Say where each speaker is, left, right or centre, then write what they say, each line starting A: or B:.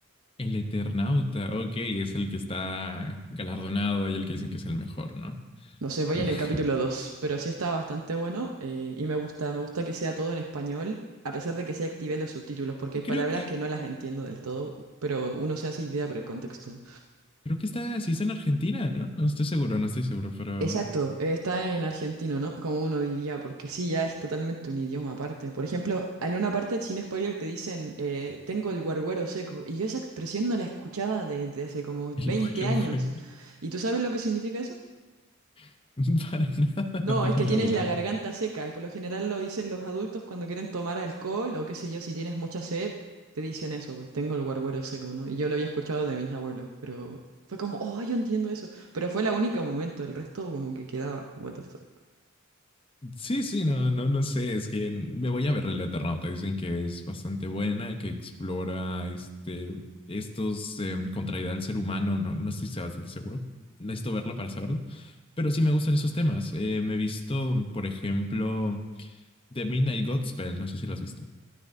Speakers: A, on the left; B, on the right.
A: el Eternauta, ok, es el que está galardonado y el que dicen que es el mejor, ¿no?
B: No sé, voy
A: <laughs>
B: en el capítulo 2, pero sí está bastante bueno eh, y me gusta, me gusta que sea todo en español, a pesar de que sí activé los subtítulos, porque hay palabras
A: Creo que,
B: que no las entiendo del todo, pero uno se hace idea por el contexto.
A: creo que está, se hizo en Argentina, ¿no? No estoy seguro, no estoy seguro, pero
B: Exacto, eh, está en argentino, ¿no? Como uno diría, porque sí, ya es totalmente un idioma aparte. Por ejemplo, en una parte, sin spoiler, te dicen, eh, tengo el guarguero seco, y yo esa expresión no la escuchaba desde hace como 20
A: el güero,
B: años.
A: güero.
B: ¿Y tú sabes lo que significa eso?
A: <laughs> Para nada,
B: No,
A: no tengo
B: es que
A: ni
B: tienes
A: la menor.
B: la garganta seca. Por lo general lo dicen los adultos cuando quieren tomar alcohol o qué sé yo, si tienes mucha sed, te dicen eso, pues tengo el guarguero seco, ¿no? Y yo lo había escuchado de mis abuelos, pero fue como, oh, yo entiendo eso. Pero fue la única momento, el resto como que quedaba, what the fuck.
A: Sí, sí, no, no, no sé, es que me voy a ver el Eternauta. Dicen que es bastante buena, que explora este, estos em, contrariedad del ser humano. No, no estoy bastante seguro. Necesito verlo para saberlo. Pero sí me gustan esos temas. Eh, me he visto, por ejemplo, The Midnight Godspell. No sé si lo has visto.